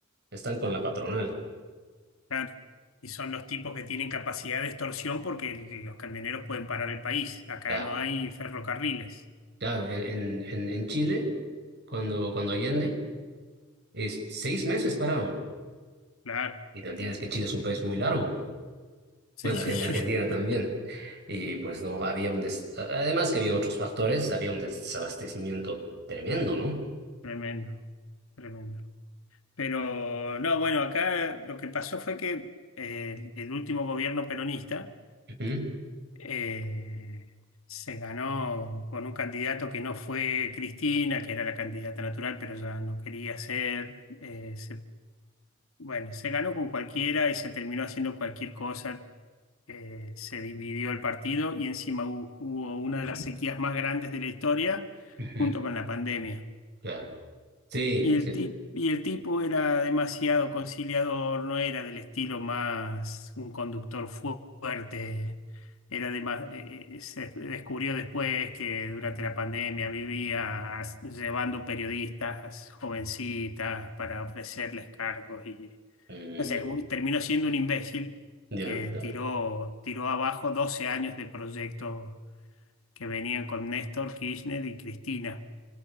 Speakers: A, on the right (about 55°); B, on the left (about 85°).
A: están con la patronal.
B: Claro. Y son los tipos que tienen capacidad de extorsión porque el- los camioneros pueden parar el país. Acá
A: Ya,
B: no hay ferrocarriles.
A: Claro, e-, en, en, en Chile, cuando, cuando Allende, es seis meses pararon.
B: Claro.
A: Y te entiendes que Chile es un país muy largo.
B: Sí,
A: Bueno,
B: <laughs>
A: Argen- Argentina también.
B: sí.
A: Y pues no había un des... Además que había otros factores, había un desabastecimiento tremendo, ¿no?
B: Tremendo. Tremendo. Pero no, bueno, acá lo que pasó fue que eh, el último gobierno peronista
A: Ujú,
B: eh, se ganó con un candidato que no fue Cristina, que era la candidata natural, pero ya no quería ser. eh, se- bueno, se ganó con cualquiera y se terminó haciendo cualquier cosa eh, se dividió el partido y encima hu- hubo una de las sequías más grandes de la historia
A: ujú,
B: junto con la pandemia.
A: Claro. Sí,
B: Y el
A: sí.
B: ti- y el tipo era demasiado conciliador, no era del estilo más un conductor fu- fuerte. Era de ma- eh, eh, se descubrió después que durante la pandemia vivía as- llevando periodistas jovencitas para ofrecerles cargos
A: Mm,
B: no sé, un- terminó siendo un imbécil
A: ya,
B: que
A: claro.
B: tiró, tiró abajo 12 años de proyectos que venían con Néstor Kirchner y Cristina,